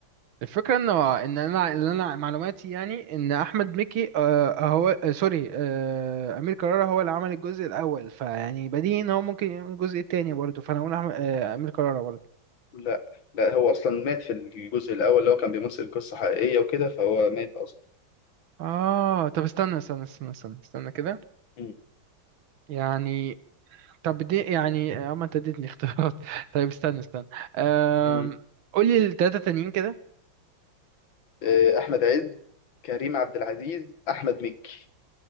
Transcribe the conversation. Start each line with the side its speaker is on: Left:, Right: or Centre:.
Right: الفكره ان ان انا اللي انا معلوماتي يعني ان احمد مكي آه هو آه سوري آه امير كرارة هو اللي عمل الجزء الاول فيعني بديهي ان هو ممكن يعمل الجزء التاني برضه فانا اقول أحمد آه امير كرارة برضه
Left: لا لا هو اصلا مات في الجزء الاول اللي هو كان بيمثل قصه حقيقيه وكده فهو مات اصلا
Right: اه طب استنى استنى استنى استنى استنى كده
Left: مم.
Right: يعني طب دي يعني اما انت اديتني اختيارات <laughs> طيب استنى استنى أم...
Left: مم.
Right: قولي التلاتة تانيين كده
Left: آه، احمد عز كريم عبد العزيز احمد مكي